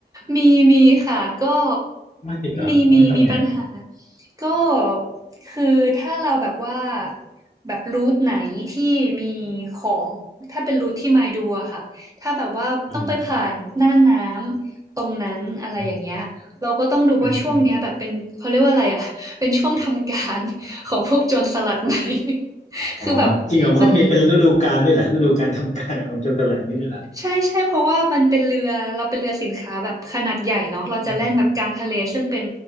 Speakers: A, on the right; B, on the left.
A: มีมีค่ะก็
B: ไม่จริงเหรอเออทำไง
A: มีมีมีปัญหาก็คือถ้าเราแบบว่าแบบรูทไหนที่มีของถ้าเป็นรูทที่มาดูอะค่ะถ้าแบบว่าต้องไปผ่านหน้าน้ำตรงนั้นอะไรอย่างเงี้ยเราก็ต้องดูว่าช่วงเนี้ยแบบเป็นเขาเรียกว่าอะไรอะ
B: อืมอืมอืมอืม
A: <laughs> เป็นช่วงทำการของพวกโจรสลัดไหม <laughs> คือแบบมัน
B: อ๋อจริงเหรอเขามีเป็นฤดูกาลด้วยเหรอฤดูการทำการของโจรสลัดนี้ด้วยเหรอ
A: ใช่ใช่เพราะว่ามันเป็นเรือเราเป็นเรือสินค้าแบบขนาดใหญ่เนาะเราจะแล่นแบบกลางทะเลซึ่งเป็น
B: อืม